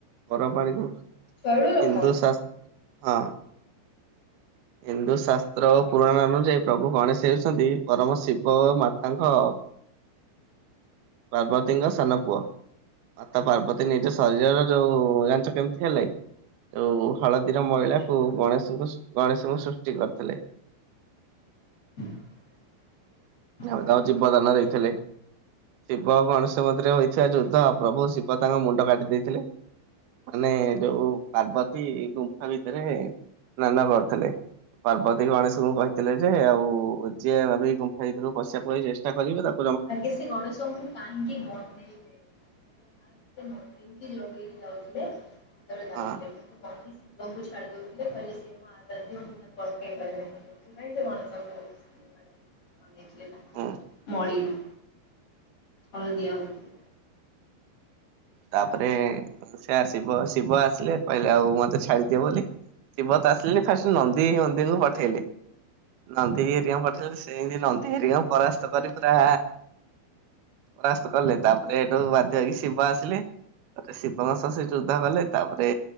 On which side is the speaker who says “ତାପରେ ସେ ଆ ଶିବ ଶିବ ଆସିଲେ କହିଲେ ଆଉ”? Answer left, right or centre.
Right